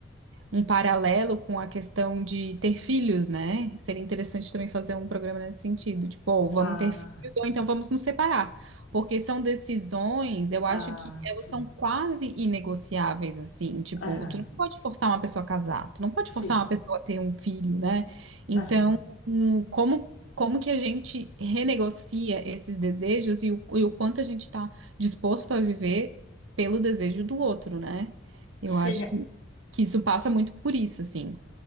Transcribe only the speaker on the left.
Ah,
ah,
sim.
Aham,
sim.
Aham.
Sim,